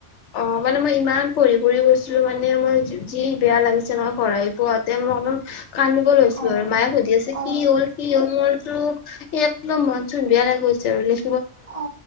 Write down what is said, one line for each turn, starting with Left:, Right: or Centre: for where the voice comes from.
Left: অ মানে মই ইমান পঢ়ি পঢ়ি গৈছিলো মানে মোৰ যি বেয়া লাগিছে মই ঘৰ আহি পাৱতে অলপ কান্দিব লৈছিলো
Right: অ',
Left: আৰু মায়ে সুধি আছে
Right: অ'।
Left: কি হ'ল কি হল মইত স একদম মন চন বেয়া লাগগৈছে আৰু দেই।
Right: অ